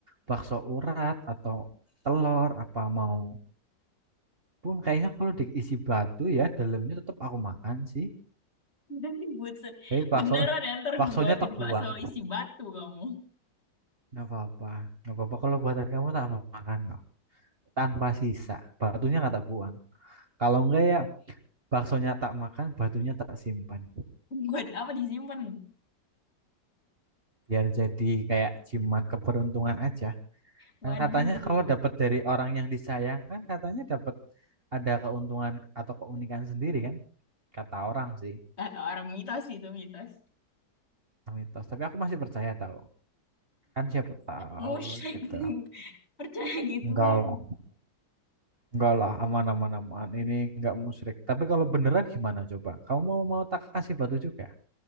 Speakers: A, on the right (about 35°); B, on the left (about 35°).
A: bakso urat atau telur apa mau pun kayaknya kalau diisi batu ya dalamnya tetap aku makan sih.
B: Dan dibuat
A: Tapi bakso
B: beneran ya ntar
A: baksonya
B: gue buatin
A: terbuang.
B: bakso isi batu kamu.
A: Nggak apa-apa. Nggak apa-apa kalau buatan kamu tak makan kok. Tanpa sisa. Batunya nggak tak buang. Kalau enggak ya baksonya tak makan, batunya tak simpan.
B: Buat apa disimpan?
A: Biar jadi kayak jimat keberuntungan aja.
B: Waduh,
A: Kan katanya kalau dapat dari orang yang disayang kan katanya dapat ada keuntungan atau keunikan sendiri kan. Kata orang sih.
B: kata orang mitos itu mitos.
A: Mitos. Tapi aku masih percaya tahu. Kan siapa tahu
B: Musyrik
A: gitu.
B: <laughs> percaya gituan.
A: Enggak lah. Enggak lah. Aman, aman, aman. Ini enggak musyrik. Tapi kalau beneran gimana coba? Kamu mau mau tak kasih batu juga?